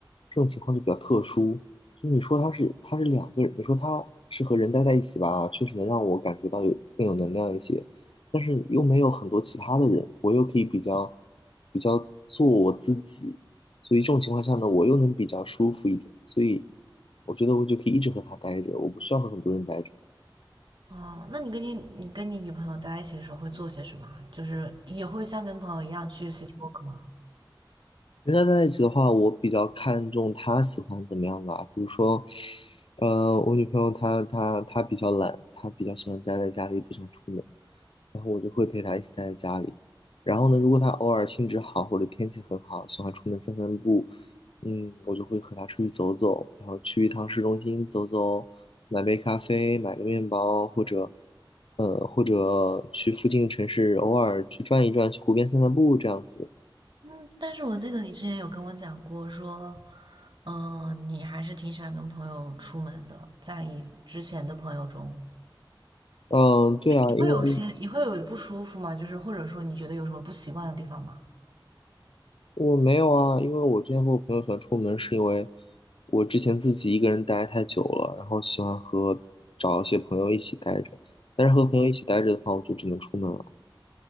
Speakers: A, on the left; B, on the right.
A: 这种情况就比较特殊。就是你说她是她是两个人，你说她是和人待在一起吧，确实能让我感觉到有更有能量一些，但是又没有很多其他的人，我又可以比较比较做我自己，所以这种情况下呢，我又能比较舒服一点，所以我觉得我就可以一直和她待着，我不需要和很多人待着。
B: 哦，那你跟你你跟你女朋友待在一起的时候会做些什么啊就是也会像跟朋友一样去 city walk 吗？
A: 人家在一起的话，我比较看重她喜欢怎么样吧。比如说，呃，我女朋友她她她比较懒，她比较喜欢待在家里，不想出门，然后我就会陪她一起待在家里。然后呢，如果她偶尔兴致好或者天气很好，喜欢出门散散步，嗯，我就会和她出去走走，然后去一趟市中心走走，买杯咖啡，买个面包，或者，呃，或者去附近的城市偶尔去转一转，去湖边散散步这样子。
B: 嗯，但是我记得你之前有跟我讲过说，嗯、你还是挺喜欢跟朋友出门的，在你之前的朋友中，
A: 嗯，对啊，
B: 你会有些你会有不舒服吗？
A: 因为。
B: 就是或者说你觉得有什么不习惯的地方吗？
A: 我没有啊，因为我之前和我朋友喜欢出门，是因为我之前自己一个人待太久了，然后喜欢和找一些朋友一起待着。但是和朋友一起待着的话，我就只能出门了。